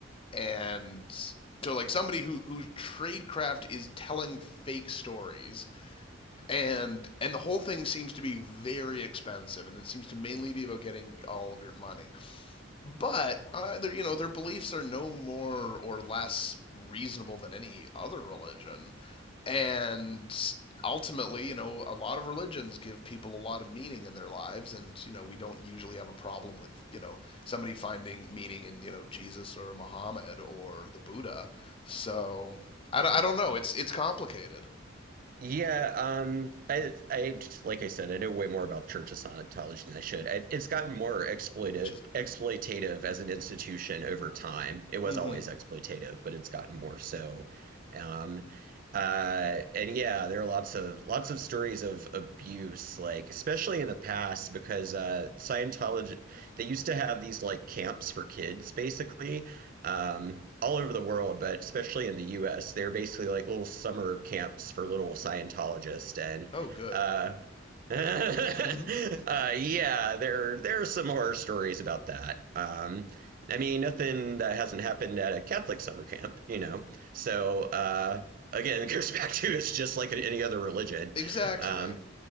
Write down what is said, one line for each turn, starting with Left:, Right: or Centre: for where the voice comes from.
Left: and so like somebody who whose tradecraft is telling fake stories, and and the whole thing seems to be very expensive, and it seems to mainly be about getting all of your money but uh, their you know their beliefs are no more or less reasonable than any other religion and ultimately you know a lot of religions give people a lot of meaning in their lives and you know we don't usually have a problem with you know somebody finding meaning in you know Jesus or Muhammad or the Buddha so I don't, I don't know it's it's complicated
Right: Yeah, um, I, I just- like I said, I know way more about Church of Scientology than I should. I, it's gotten more exploited,
Left: which is
Right: exploitative as an institution over time. It was
Left: mhm
Right: always exploitative, but it's gotten more so. Um, uh, and yeah, there are lots of lots of stories of abuse, like especially in the past, because uh, Scientology they used to have these like camps for kids, basically, um, all over the world, but especially in the U.S. They're basically like little summer camps for little Scientologists, and
Left: oh good
Right: uh, <laughs> uh,
Left: <laughs>
Right: yeah, there there are some horror stories about that. Um, I mean, nothing that hasn't happened at a Catholic summer camp, you know. So uh, again, <laughs> it goes back to it's just like any other religion.
Left: exactly
Right: Um,